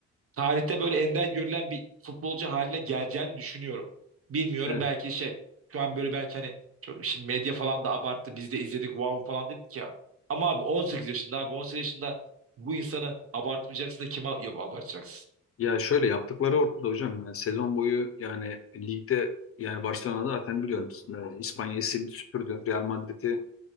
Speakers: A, on the right; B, on the left.
A: tarihte böyle ender görülen bir futbolcu haline geleceğini düşünüyorum. Bilmiyorum
B: e,
A: belki şey şu an böyle belki hani çok şimdi medya falan da abarttı biz de izledik wow falan dedik ya. Ama abi 18 yaşında abi 18 yaşında bu insanı abartmayacaksın da kime ya- abartacaksın?
B: Ya şöyle yaptıkları ortada hocam. Yani sezon boyu yani ligde yani Barcelona zaten biliyorum e, İspanya'yı sildi süpürdü. Real Madrid'i